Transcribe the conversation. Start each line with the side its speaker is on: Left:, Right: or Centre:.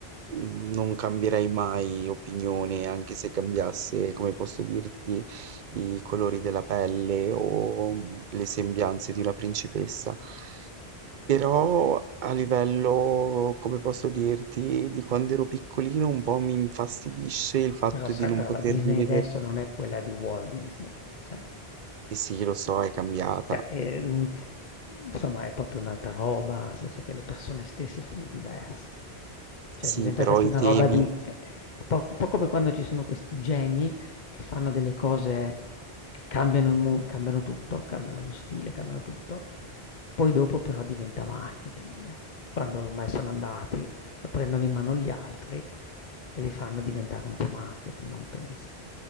Right: non cambierei mai opinione, anche se cambiasse, come posso dirti, i colori della pelle o mm, le sembianze di una principessa. Però a livello, come posso dirti, di quando ero piccolino un po' mi infastidisce il fatto
Left: Però, sai,
Right: di non
Left: però
Right: poter
Left: la Disney
Right: rivedere.
Left: adesso non è quella di Walt Disney. cioè.
Right: Eh sì, lo so, è cambiata.
Left: Cioè, ehm, insomma è proprio un'altra roba, nel senso che le persone stesse sono diverse. Cioè
Right: Sì,
Left: è diventata
Right: però
Left: più
Right: i
Left: una
Right: Ah, temi,
Left: roba di eh, po' un po' come quando ci sono questi geni che fanno delle cose che cambiano il mu cambiano tutto, cambiano lo stile, cambiano tutto, poi dopo però diventa marketing. Quando ormai sono andati, la prendono in mano gli altri e li fanno diventare un po' marketing, non pensi?